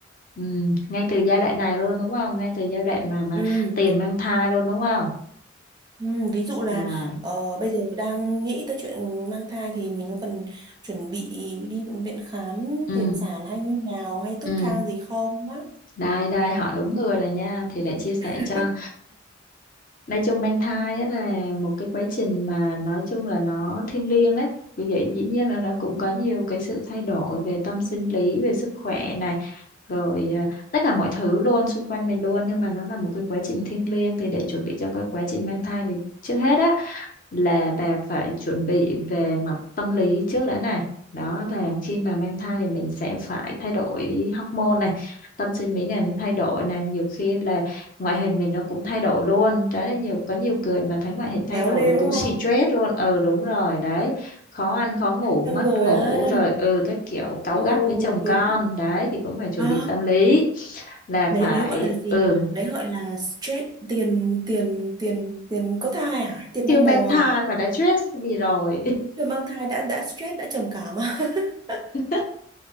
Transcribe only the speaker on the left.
ừ ngay từ giai đoạn này luôn đúng không ngay từ giai đoạn mà mà
tiền mang thai luôn đúng không
rồi
ừ
ừ
đây đây hỏi đúng người rồi nha thì để chia sẻ
cho nói chung mang thai á là một cái quá trình mà nói chung là nó thiêng liêng đấy vì vậy dĩ nhiên là nó cũng có nhiều cái sự thay đổi về tâm sinh lý về sức khỏe này rồi à, tất cả mọi thứ luôn xung quanh mình luôn nhưng mà nó là một cái quá trình thiêng liêng thì để chuẩn bị cho cái quá trình mang thai thì trước hết á là bà phải chuẩn bị về mặt tâm lý trước đã này đó là khi mà mang thai thì mình sẽ phải thay đổi hormone này tâm sinh lý này nó thay đổi này nhiều khi là ngoại hình mình nó cũng thay đổi luôn đó là nhiều có nhiều người mà thấy ngoại hình
thay đổi
rồi cũng
stress
luôn ừ đúng rồi đấy khó ăn khó ngủ
mất
ngủ
rồi ừ các kiểu cáu
gắt với chồng
con đấy thì cũng phải chuẩn
bị tâm lý là phải
ừ
chưa
mang
thai
mà đã stress vì rồi
<laughs>